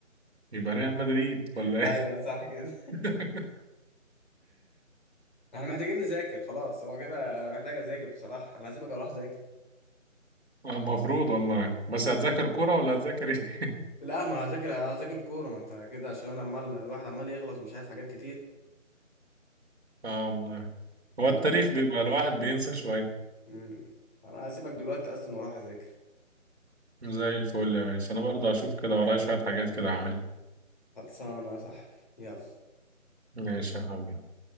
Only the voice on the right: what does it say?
يبقى ريال مدريد
ولا ايه
<laughs>
المفروض والله بس هتذاكر كرة ولا هتذاكر ايه <laughs>
اه والله
هو التاريخ بيبقى الواحد بينسى شوية
زي الفل يا باشا انا برضه هشوف كده ورايا شوية حاجات كده اعملها
ماشي يا حبيبي